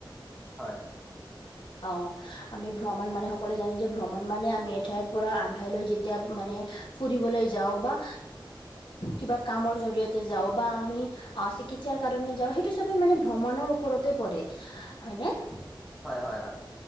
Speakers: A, in the centre; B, on the left.
A: হয়।
B: অঁ আমি ভ্ৰমণ মানে সকলোৱে জানো যে ভ্ৰমণ মানে আমি এঠাইৰ পৰা আন ঠাইলৈ যেতিয়া- মানে ফুৰিবলৈ যাওঁ বা কিবা কামৰ জৰিয়তে যাওঁ বা আমি- অঁ চিকিৎসাৰ কাৰণে যাওঁ সেইটো চবে মানে ভ্ৰমণৰ ওপৰতে পৰে হয়নে?
A: হয় হয় হয়।